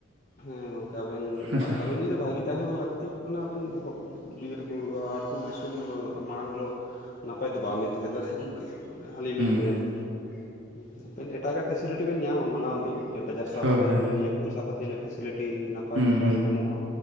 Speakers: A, on the left; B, on the right.
A: ᱦᱮᱸ ᱜᱚᱝᱠᱮ ᱟᱵᱮᱱ
B: ᱦᱮᱸᱥᱮ
A: ᱟᱵᱮᱱ ᱡᱩᱫᱤ ᱵᱷᱟᱜᱤ ᱛᱟᱦᱮᱱ ᱞᱟᱹᱠᱛᱤᱜ ᱠᱟᱱᱟ ᱟᱵᱮᱱ ᱵᱚᱦᱚᱜ ᱵᱤᱨᱵᱩᱨᱩ ᱟᱹᱛᱩ ᱫᱤᱥᱚᱢ ᱢᱟᱲᱟᱝ ᱫᱚ ᱱᱟᱯᱟᱭ ᱫᱚ ᱵᱟᱝ ᱵᱤᱱ ᱛᱟᱦᱮᱸ ᱫᱟᱲᱮᱭᱟᱜᱼᱟ ᱜᱚᱢ ᱢᱟᱱᱮ ᱟᱹᱞᱤᱧ
B: ᱦᱩᱸ
A: ᱞᱤᱧ ᱢᱮᱱᱟ᱾ ᱦᱩᱸ ᱟᱵᱮᱱ ᱮᱴᱟᱜᱟᱜ ᱯᱷᱮᱥᱮᱞᱤᱴᱤ ᱵᱮᱱ ᱧᱟᱢᱟ ᱢᱟᱱᱟᱣ ᱫᱤᱧ᱾ ᱮ ᱵᱟᱡᱟᱨ ᱥᱟᱦᱟᱨ
B: ᱦᱳᱭ
A: ᱨᱮ
B: ᱦᱳᱭ
A: ᱦᱤᱱᱟᱹ ᱱᱤᱭᱟᱹ ᱯᱚᱭᱥᱟ ᱯᱟᱹᱛᱤ ᱨᱮᱱᱟᱜ ᱯᱷᱮᱥᱮᱞᱤᱴᱤ ᱱᱟᱯᱟᱭ
B: ᱦᱩᱸ
A: ᱱᱟᱯᱟᱭ
B: ᱦᱩᱸ
A: ᱧᱟᱢᱚᱜᱼᱟ,